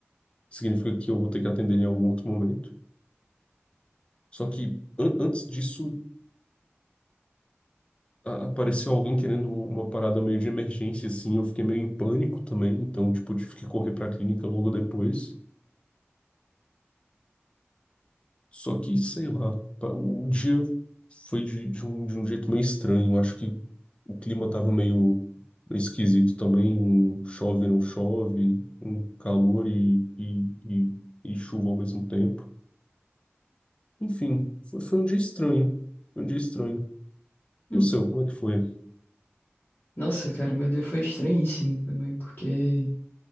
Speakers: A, on the left; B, on the left.
A: significa que eu vou ter que atender ele em algum outro momento. Só que an- antes disso a- apareceu alguém querendo uma parada meio de emergência, assim. Eu fiquei meio em pânico também, então, tipo, eu tive que correr pra clínica logo depois. Só que, sei lá, pa- o dia foi de, de um, de um jeito meio estranho. Eu Acho que o clima tava meio, meio esquisito também. Um chove, não chove, um calor e, e, e, e chuva ao mesmo tempo. Enfim, foi, foi um dia estranho. Foi um dia estranho.
B: hum.
A: E o seu, como é que foi?
B: Nossa, cara, meu dia foi estranhíssimo também, porque